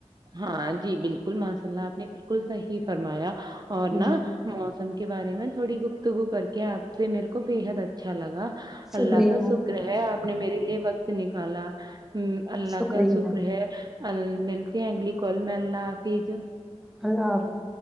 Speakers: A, on the right; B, in the centre.
A: ہاں جی بالکل ماشاء اللہ آپ نے بالکل صحیح فرمایا اور نا
B: جی
A: موسم کے بارے میں تھوڑی گفتگو کر کے آپ سے میرے کو بےحد ا چھا لگا
B: شکریہ
A: اللہ کا شکر ہے آپ نے میرے لیے وقت نکالا ہوں اللہ
B: شکریہ
A: کا شکر ہے ال ملتے ہیں اگلی کال میں اللہ حافظ
B: اللہ حافظ